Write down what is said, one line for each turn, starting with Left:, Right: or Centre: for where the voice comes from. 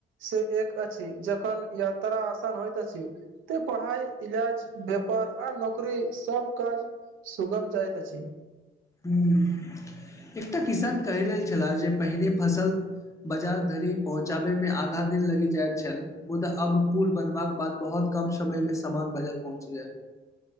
Right: से एक अछि जखन यात्रा आसान होइत अछि ते पढ़ाइ इलाज व्यापार आ नौकरी सब काज सुगम जायत अछि
Left: हूँ एकटा किसान कहि रहल छलाह जे पहिने फसल बाजार धरि पहुँचाबै मे आधा दिन लगि जाय छल। मुदा अब पुल बनव के बाद बहुत कम समय में सामान बाजार पहुँच गैल